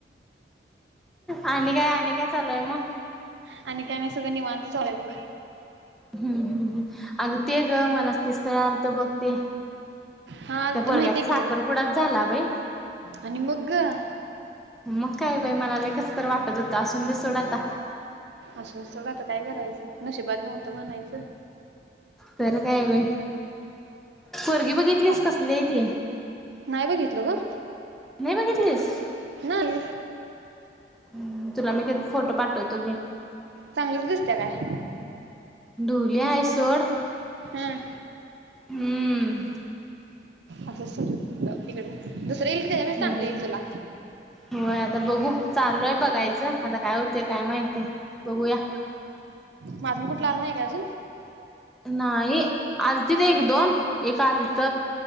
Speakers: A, in the centre; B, on the right.
A: आणि काय-आणि काय चालू आहे. मग
B: आणि काय नाही सगंळ निवांत चालुय बघ.
A: हम्म-हम्म् अग ते ग मला ते स्थळ आलत बघ ते
B: हा आलतं
A: त्या पोरंघ्याचा
B: माहितीये
A: साखर
B: की
A: पुुडाच झाला बाई
B: आणि मग गं
A: मग काय बाई मला लय कसं तर वाटत होतं असून दे सोड आता
B: असु दे सोड आता काय करायचं नशिबात नव्हतं म्हणायचं.
A: तर काय बाय पोरगी बघितलीस
B: असं
A: कसली आहे ति.
B: नाही बघितलो गं.
A: नाही बघितलीस.
B: नाही.
A: हं तुला मी फोटो पाठवतो घे.
B: चांगलच दिसत्या काय?
A: ढोली हाय सोड
B: हां
A: हम्म
B: असुदे सोड जाऊ दे. तिकड दुसरं येईल की त्याज्यापेक्षा
A: हो
B: चांगलं येईल तुला
A: होय, आता बघू चालूयं बघायचं आता काय होतय काय माहिती बघूया.
B: मं अजून कुठलं आलं नायी काय अजून?
A: नायी आलतीत एक दोन एक आलंत
B: हा